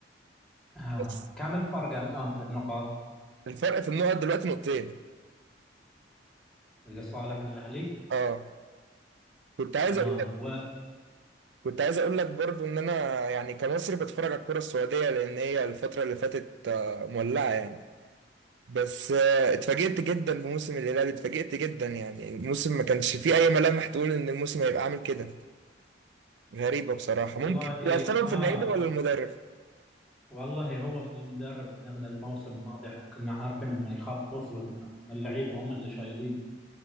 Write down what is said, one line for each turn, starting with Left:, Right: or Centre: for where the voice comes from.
Centre: آه.
Right: بس
Centre: كم الفرق الان في النقط؟
Right: الفرق في النقط دلوقتي نقطتين
Centre: لصالح الاهلي
Right: اه كنت عايز
Centre: تمام
Right: اقول لك
Centre: و...
Right: كنت عايز اقول لك برضو ان انا يعني كمصري بتفرج على الكرة السعودية لان هي الفترة اللي فاتت آه، مولعة يعني بس آه، اتفاجئت جدا بموسم الهلال اتفاجئت جدا يعني الموسم ما كانش فيه اي ملامح تقول ان الموسم هيبقى عامل كده غريبة بصراحة
Centre: والله
Right: ممكن يبقى السبب
Centre: اه
Right: في اللعيبة ولا المدرب
Centre: والله هو من المدرب احنا من الموسم الماضي احنا كنا عارفين انه يخبص وان إن اللعيبه هم اللي شايلين